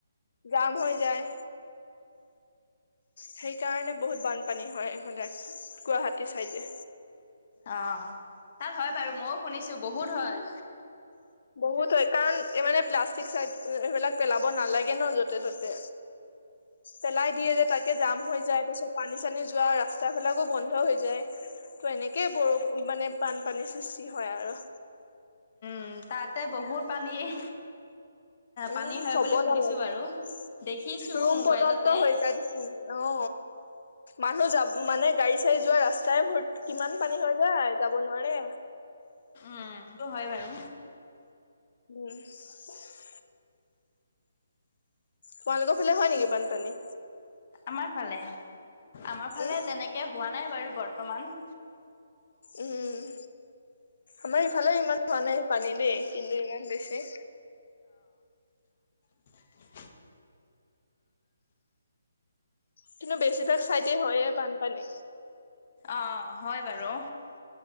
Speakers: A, on the left; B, on the left.
A: জাম হৈ যায় সেইকাৰণে বহুত বানপানী হয় এইফালে গুৱাহাটী চাইডে
B: অ তাত হয় বাৰু মইও শুনিছো বহুত হয়
A: বহুত হয় কাৰণ এই মানে প্লাষ্টিক চাই এইবিলাক পেলাব নালাগে ন য'তে ত'তে পেলাই দিয় যে তাকে জাম হৈ যায় তাছত পানী পানি চানি যোৱা ৰাস্তাাবিলাকো বন্ধ হৈ যায় ত' এনেকেই বৰষুণ মানে বানপানীৰ সৃষ্টি হয় আৰু
B: উ তাতে বহুত পানী <inaudible>
A: উম
B: পানী হয়
A: কব
B: বুলি শুনিছো
A: নালাগে
B: বাৰু দেখিছো
A: ৰুম
B: মোবাইলতে
A: পৰ্যন্ত হৈজাই অ মানুহ যাব মানে গাড়ী চা়ৰি যোৱা ৰাস্তাই ভ কিমান পানী হৈ যায় যাব নোৱাৰে
B: উ সটো হয় বাৰু
A: উম <unintelligible> তোমালোকৰ ফালে হয়
B: কি
A: নেকি বানপানী
B: আমাৰ ফালে আমাৰ ফালে
A: উম
B: তেনেকে হোৱা নাই বাৰু বৰ্তমান
A: উম, আমাৰ ইফালে ইমান হোৱা নাই পানী দেই কিন্তু ইমান বেছি
B: হয়। <inaudible>
A: কিন্তু বেছিভাগ চাইডে হয়য়ে বানপানী।
B: অহ', হয় বাৰু।